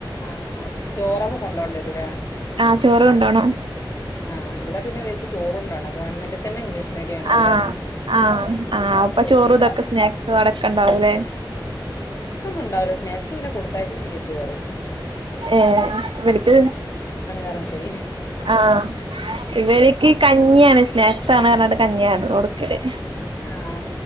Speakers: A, on the left (about 35°); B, on the right (about 80°).
A: ആഹ ചോറൊക്കെ കൊണ്ടോണ്ട രൂലേ
B: ആഹ് ചോറ് കൊണ്ടോണം
A: ആ ഇവിടെ പിന്നെ ഇവർക്ക് ചോറ്ണ്ടോണ്ട ഗവൺമെന്റ് ത്തന്നെ ഇംഗ്ലീഷ് മീഡിയാണ് അത്
B: ആഹ
A: കാരണം
B: ആഹ ആ അപ്പൊ
A: ചോറിന്റെ
B: ചോറും ഇതൊക്കെ സ്നാക്സ് അടക്കണ്ടാവുലേ
A: ക്കെ ഉണ്ടാവൂലെ സ്നാക്സ് പിന്നെ കൊടുത്തയക്കും ചെയ്യരുത് അറിം
B: ഏ ഇവർക്ക്
A: പറഞ്ഞിട്ടേ
B: ആഹ ഇവര്ക്ക് കഞ്ഞിയാണ് സ്നാക് സാണ് അർഞ്ഞാണ്ട് കഞ്ഞിയാ ബെടെ കൊടുക്കല്
A: ആഹ്